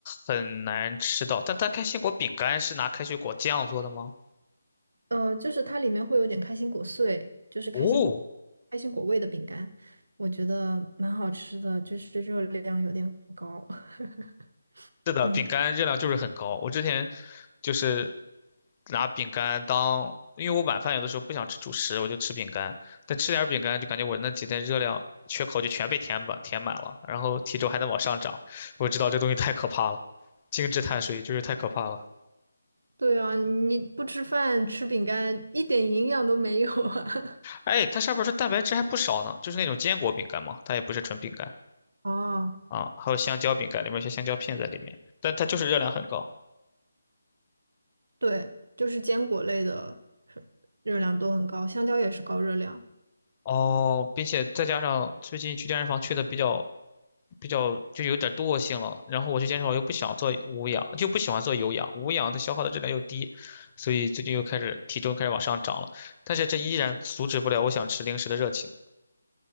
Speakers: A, on the left (about 25°); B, on the right (about 75°).
A: 很难吃到。但它开心果饼干是拿开心果酱做的吗？
B: 呃，就是它里面会有点开心果碎，就是开心果
A: 哦，
B: 开心果味的饼干，我觉得蛮好吃的，就是热量有点高。<laughs>
A: 是的，
B: 嗯，
A: 饼干热量就是很高。我之前就是拿饼干当，因为我晚饭有的时候不想吃主食，我就吃饼干。但吃点儿饼干就感觉我那几天热量缺口就全被填满填满了，然后体重还能往上涨。我知道这东西太可怕了，精致碳水就是太可怕了。
B: 对啊，你不吃饭吃饼干一点营养都没有啊。
A: 哎，它上面说蛋白质还不少呢，就是那种坚果饼干嘛，它也不是纯饼干
B: <laughs> 哦，
A: 啊，还有香蕉饼干，里面有些香蕉片在里面，但它就是热量很高。
B: 对，就是坚果类的热量都很高，香蕉也是高热量。
A: 哦，并且再加上最近去健身房去的比较比较就有点惰性了，然后我去健身房又不想做无氧，就不喜欢做有氧，无氧它消耗的热量又低，所以最近又开始体重开始往上涨了，但是这依然阻止不了我想吃零食的热情。